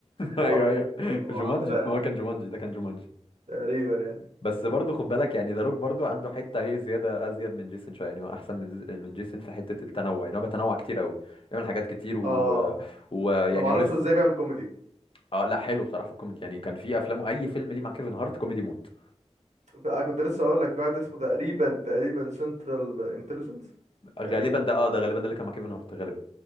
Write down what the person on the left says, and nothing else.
ايوه ايوه في
جومانجي
هو كان جومانجي ده كان جومانجي
بس برضه خد بالك يعني ذا روك برضه عنده حته هي زياده ازيد من جيسون شويه يعني هو احسن من زي- من جيسون في حته التنوع يعني هو بيتنوع كتير قوي بيعمل حاجات كتير و...
ويعني
هو لسه
اه لا حلو بصراحه في الكوميدي يعني كان في افلامه اي فيلم ليه مع كيفن هارت كوميدي موت
غالبا
ده اه ده غالبا ده اللي كان مع كيفن هارت غالبا